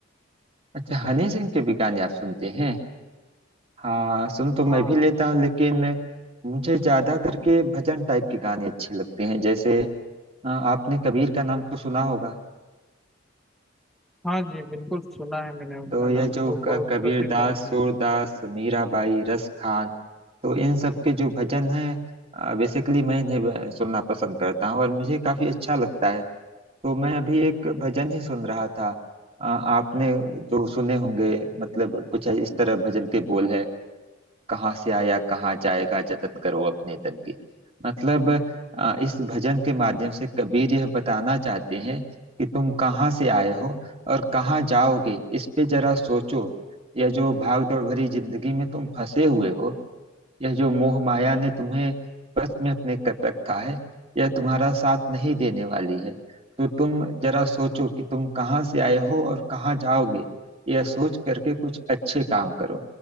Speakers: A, on the right (about 30°); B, in the centre.
A: अच्छा हनी सिंह के भी गाने आप सुनते हैं हाँ सुन तो मैं
B: हाँ
A: भी
B: हाँ
A: लेता हूँ लेकिन मुझे ज्यादा करके भजन टाइप के गाने अच्छे लगते हैं जैसे अ, आपने कबीर का नाम तो सुना होगा
B: हाँ जी बिल्कुल सुना है मैंने उनका
A: तो यह
B: नाम
A: जो
B: वो
A: क-
B: बहुत
A: कबीर
B: प्रसिद्ध
A: दास
B: आदमी
A: सूरदास
B: है।
A: मीराबाई रस खान तो इन सब के जो भजन हैं बेसिकली मैं इन्हें ब- सुनना पसंद करता हूँ और मुझे काफी अच्छा लगता है तो मैं अभी एक भजन ही सुन रहा था अ, आपने जो सुने होंगे मतलब कुछ इस तरह भजन के बोल है कहाँ से आया कहाँ जाएगा जतन करो अपने तन की मतलब अ, इस भजन के माध्यम से कबीर यह बताना चाहते हैं कि तुम कहाँ से आए हो और कहाँ जाओगे इस पे जरा सोचो यह जो भाग दौड़ भरी जिंदगी में तुम फंसे हुए हो यह जो मोह माया ने तुम्हें बस में अपने कर रखा है यह तुम्हारा साथ नहीं देने वाली है तो तुम जरा सोचो कि तुम कहाँ से आए हो और कहाँ जाओगे यह सोच करके कुछ अच्छे काम करो